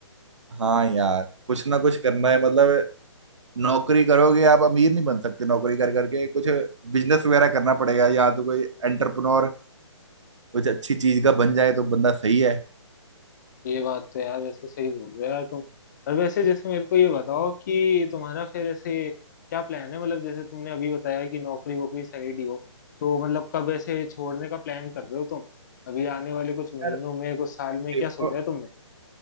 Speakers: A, on the right; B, on the left.
A: हाँ यार कुछ ना कुछ करना है मतलब नौकरी करोगे आप अमीर नहीं बन सकते नौकरी कर करके कुछ बिजनेस वगैरह करना पड़ेगा या तो कोई एंटरप्रेन्योर कुछ अच्छी चीज का बन जाए तो बंदा सही है
B: ये बात तो यार वैसे सही बोल रहे हो यार तुम और वैसे जैसे मेरे को ये बताओ कि तुम्हारा फिर ऐसे क्या प्लान है मतलब जैसे तुमने अभी बताया कि नौकरी वोकरी साइड ही हो तो मतलब कब ऐसे छोड़ने का प्लान कर रहे हो तुम अभी आने वाले कुछ महीनों
A: यार
B: में कुछ साल
A: देखो
B: में क्या सोचा है तुमने